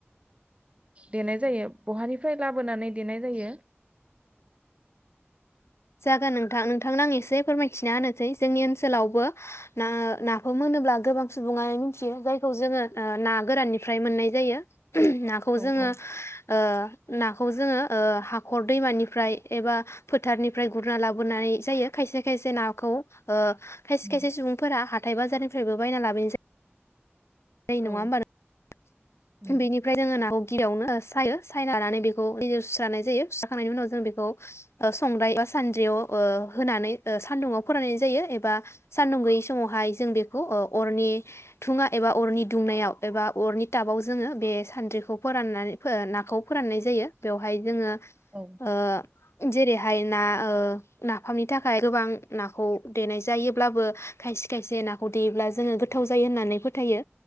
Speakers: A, on the right (about 25°); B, on the left (about 80°).
A: देनाय जायो। बहानिफ्राय लाबोनानै देनाय जायो।
B: जागोन नोंथां नोंथांनो आं एसे फोरमायथिना होनोसै जोंनि ओनसोलावबो नाफोर मोनोब्ला गोबां सुबुङानो मिथियो जायखौ जोङो ना गोराननिफ्राय मोननाय जायो। नाखौ
A: औ
B: जोङो
A: औ
B: ओ ना खौ जोङो ओ हाखर दैमानिफ्राय एबा फोथारनि। ओमफ्राय गुरना लाबोनाय जायो खायसे खायसे नाखौ ओ। खायसे
A: उम
B: खायसे सुबुंफोरा हाथ हाथाइ बाजारनिफ्रायबो बायना लाबोनाय जायो। न
A: औ
B: नङा होमबा नों
A: उम
B: बेनिफ्राय जोङो नाखौ। गिबियावनो सायो सायनानै बेखौ दैजों सुस्रानाय जायो सुस्राखांनायनि उनाव जों बेखौ संद्राय एबा सानद्रियाव ओ होनानै ओ सान्दुंवाव फोराननाय जायो एबा सानदुं गैयै समावहाय जों बेखौ ओ अरनि थुङा एबा अरनि दुंनायाव एबा अरनि टाबाव जोङो बे सानद्रिखौ फोराननानै नाखौ फोराननाय जायो बेवहाय जोङो।
A: औ
B: ओ। जेरैहाय ना ओ नाफामनि थाखाय गोबां नाखौ देनाय जायोब्लाबो खायसे खायसे नाखौ देयोब्ला जोङो गोथाव जायो होननानै फोथायो